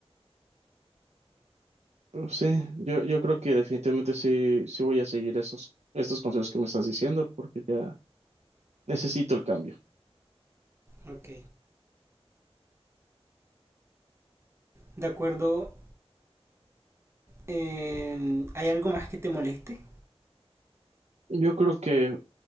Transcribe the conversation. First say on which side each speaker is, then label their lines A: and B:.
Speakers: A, on the right; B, on the right.
A: Pero sí, yo, yo creo que definitivamente sí, sí voy a seguir esos, estos consejos que me estás diciendo porque ya necesito el cambio.
B: Ok, de acuerdo, Eh, ¿Hay algo más que te moleste?
A: Yo creo que